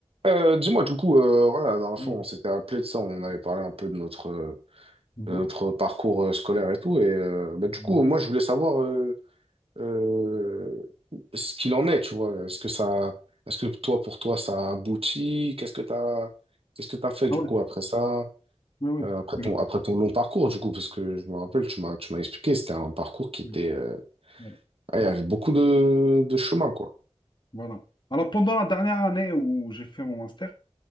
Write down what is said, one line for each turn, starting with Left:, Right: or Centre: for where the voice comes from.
Right: Euh, dis-moi, du coup, euh, voilà, la dernière
Left: Mmh.
Right: fois, on s'était appelé de ça, on avait parlé un peu de notre, euh,
Left: Mmh.
Right: de notre parcours euh, scolaire et tout, et euh, bah, du
Left: Mmh.
Right: coup, moi, je voulais savoir euh, euh, ce qu'il en est, tu vois. Est-ce que ça, est-ce que toi, pour toi, ça a abouti? Qu'est-ce que t'as, qu'est-ce que t'as fait, du
Left: Ah ouais,
Right: coup, après ça,
Left: ouais, ouais,
Right: euh, après
Left: oui.
Right: ton, après ton long parcours, du coup, parce que je me rappelle, tu m'as, tu m'as expliqué, c'était un parcours qui était,
Left: Oui,
Right: euh,
Left: ouais,
Right: ah, il y avait beaucoup de, de chemin, quoi.
Left: Voilà. Alors pendant la dernière année où j'ai fait mon master,